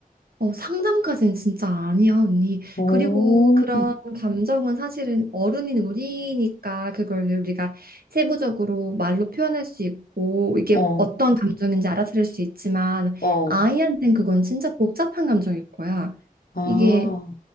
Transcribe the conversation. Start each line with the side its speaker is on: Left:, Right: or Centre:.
Right: 어, 상담까지는 진짜 아니야, 언니.
Left: 오.
Right: 그리고 그런 감정은 사실은 어른인 우리니까 그걸 우리가 세부적으로 말로 표현할 수 있고 이게
Left: 어,
Right: 어떤 감정인지 알아차릴 수 있지만
Left: 어.
Right: 아이한텐 그건 진짜 복잡한 감정일 거야.
Left: 아.
Right: 이게